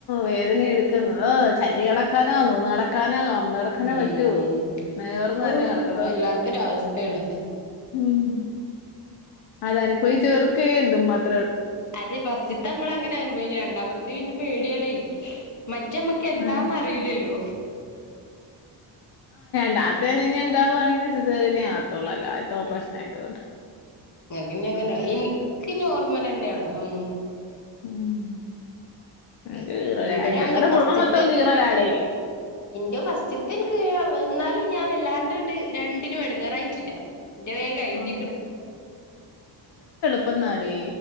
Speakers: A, on the left; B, on the left.
A: വേദന എടുക്കുന്നു. ഓ ചരിഞ്ഞ് കെടക്കാനോ നൂന്ന് കെടക്കാനോ കമന്ന് കെടക്കാനോ
B: ഉം
A: പറ്റുവോ നേർന്ന്
B: ഔ
A: തന്നെ കെടക്കണം.
B: വല്ലാത്തൊരവസ്ഥയാണ്
A: ഉം അതന്പവിച്ചേറും ക്കേ അത് മത്
B: അതെ ഫസ്റ്റ്ത്തെ മ്മള്ങ്ങനെ അനുഭവിച്ചു. രണ്ടാമത്തെ പിന്നെ പേടിയാണേ മറ്റ് മ്മക്ക് എന്താന്നറിയൂലല്ലോ
A: ആഹ് ണ്ടാത്തേ ഇന് ഞ്ഞി ഇണ്ടാവാണെങ്കിൽ സിസേറിയനെന്നേ ആ വത്തോള്ളല്ലോ ആദ്യത്തെ ഓപ്പറേഷനായതോണ്ട്
B: ഇങ്ങക്ക് ഞ്ഞിങ്ങനെ. ഇൻക്ക് നോർമ്മലെന്നെയാണ്. ഉം
A: ഉം ഉം കീറലാ
B: ഇന്റെ രണ്ട്
A: ഞങ്ങടെ
B: ഫസ്റ്റത്തെ
A: കുടുംബം മൊത്തം കീറലാടേ
B: ഇന്റവു ഫസ്റ്റിത്ത് ഇൻക്ക് വന്നാലും ഞാൻ വല്ലാണ്ടാണ്ട് രണ്ടിനും എടങ്ങേറായിട്ടില്ല ഇന്റെ വേം കഴിഞ്ഞിക്ക്ണ്
A: ആഹ് ഇപ്പെന്നാടി